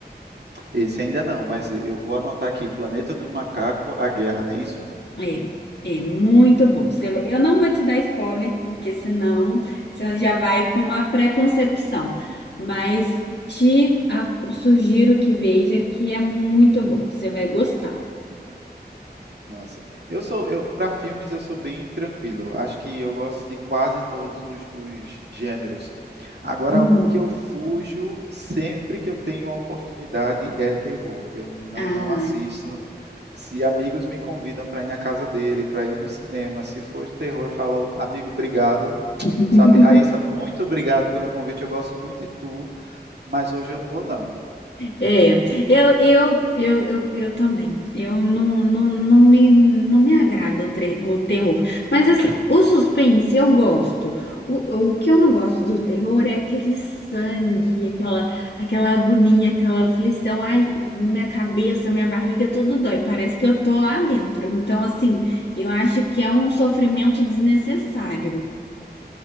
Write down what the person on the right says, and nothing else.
Esse ainda não, mas eu vou anotar aqui, Planeta do Macaco, A Guerra, não é isso?
Nossa, eu sou, eu para filmes eu sou bem tranquilo. Acho que eu gosto de quase todos os, os gêneros. Agora,
um que eu fujo sempre que eu tenho a oportunidade é terror. Eu não,
não assisto. Se amigos me convidam para ir na casa dele, para ir no cinema, se for de terror, eu falo, amigo, obrigado.
Sabe, Raíssa, muito obrigado pelo convite. Eu gosto muito de tu, mas hoje eu não vou, não.